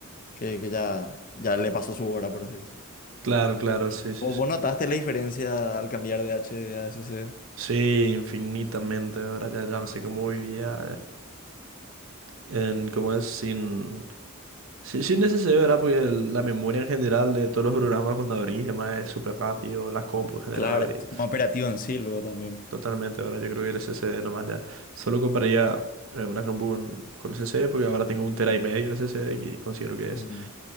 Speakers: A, on the left; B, on the right.
A: que, que ya, ya le pasó su hora, por así decirlo.
B: Claro, claro, sí, sí,
A: ¿Vos,
B: sí.
A: vos notaste la diferencia al cambiar de HD a S SSD?
B: Sí, infinitamente, ¿verdad? Ya, ya no sé cómo vivía en, en cómo es, sin, sin, sin SSD, ¿verdad? Porque el- la memoria en general de todos los programas cuando abrís, demás, es súper rápido, las compu en general
A: Claro,
B: abrís.
A: El sistema operativo en sí, luego también.
B: Totalmente, ¿verdad? Yo creo que el SSD nomás ya. Solo compraría eh, una compu con, con SSD porque ahora tengo un tera y medio de SSD que considero que
A: Ujú.
B: es